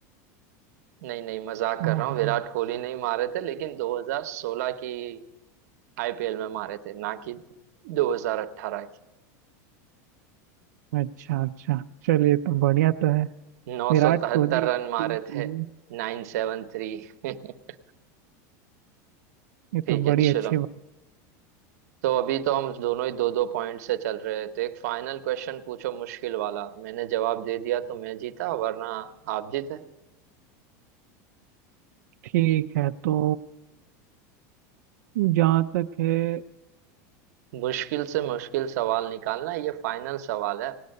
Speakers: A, on the right; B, on the right.
A: नहीं नहीं मजाक
B: हाँ
A: कर रहा हूँ विराट
B: हाँ
A: कोहली नहीं मारे थे लेकिन 2016 की आईपीएल में मारे थे ना कि 2018 की
B: अच्छा अच्छा चलिए तो बढ़िया तो है
A: 973
B: विराट कोहली
A: रन
B: ठीक
A: मारे
B: कोहली
A: थे 973 <laughs>
B: ये
A: ठीक
B: तो बड़ी
A: है चलो
B: अच्छी बात
A: तो अभी तो हम दोनों ही दो दो पॉइंट से चल रहे हैं तो एक फाइनल क्वेश्चन पूछो मुश्किल वाला मैंने जवाब दे दिया तो मैं जीता वरना आप जीते
B: ठीक है तो जहाँ तक है
A: मुश्किल से मुश्किल सवाल निकालना ये फाइनल सवाल है